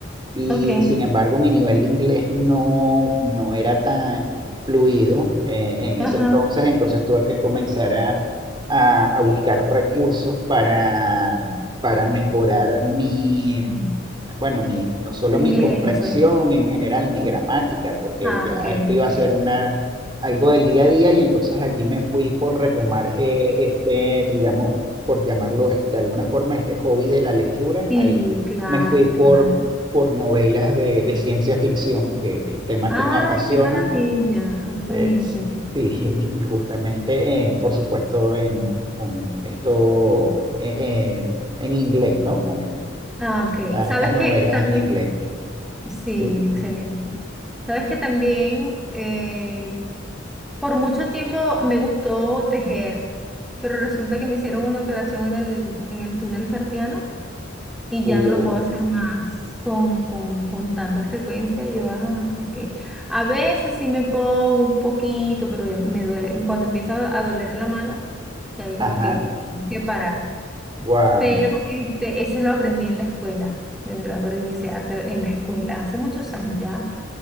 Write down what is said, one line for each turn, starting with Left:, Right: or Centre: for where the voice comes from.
Right: Y
Centre: Ok,
Right: sin embargo, mi nivel de inglés no, no era tan fluido eh, en ese
Centre: ajá,
Right: entonces, entonces tuve que comenzar a, a- a buscar recursos para, para mejorar mi, bueno, mi, no solo
Centre: inglés,
Right: mi comprensión
Centre: pues.
Right: en general, mi gramática, porque
Centre: Ah,
Right: ya
Centre: ok,
Right: esto iba
Centre: ok.
Right: a ser una, algo del día a día y entonces allí me fui por retomar eh, este, digamos, por llamarlo de alguna forma, este hobby de la lectura.
Centre: Sí,
Right: Ahí
Centre: claro,
Right: me fui por,
Centre: claro.
Right: por novelas de, de ciencia ficción, que que es tema
Centre: Ay,
Right: que me apasiona.
Centre: qué maravilla.
Right: Eh,
Centre: Buenísimo.
Right: sí, y justamente, eh, por supuesto, en con esto eh, eh, en inglés, ¿no? Con
Centre: Ah,
Right: esta-
Centre: ok. Sabes
Right: estas novelas
Centre: que también,
Right: en inglés,
Centre: sí,
Right: ¿sí?
Centre: excelente. Sabes que también eh, por mucho tiempo me gustó tejer, pero resulta que me hicieron una operación en el, en el túnel carpiano y
Right: Uh,
Centre: ya no lo puedo hacer más con, con, con tanta frecuencia. Yo, ah, ok. A veces sí me pongo un poquito, pero ya me duele. Cuando empieza a doler la mano. Y ahí como
Right: ajá,
Centre: que, que parar.
Right: wow,
Centre: Pero este, ese lo aprendí en la escuela. De verdad aprendí ese arte en la escuela hace muchos años ya.